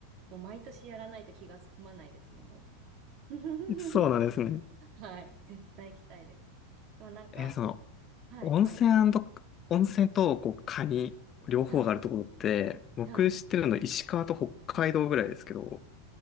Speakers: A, on the right; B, on the left.
A: もう毎年やらないと気が済まないですね、もう。<laughs>
B: <laughs> そうなんですね。
A: はい。絶対行きたいです。でもなんか、
B: えーその、
A: はい、
B: 温泉
A: はい、
B: 温泉とこうカニ、両方があるところって、
A: はい、
B: 僕知ってるの石川と北海道ぐらいですけど、
A: はい。